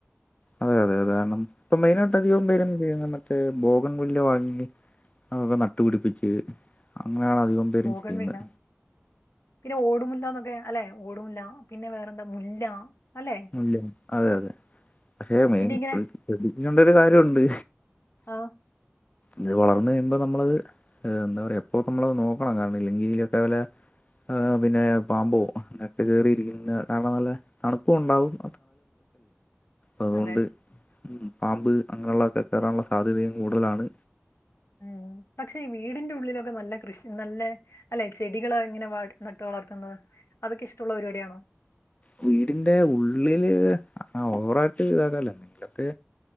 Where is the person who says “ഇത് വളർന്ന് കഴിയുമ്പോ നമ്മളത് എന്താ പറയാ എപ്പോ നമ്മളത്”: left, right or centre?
Left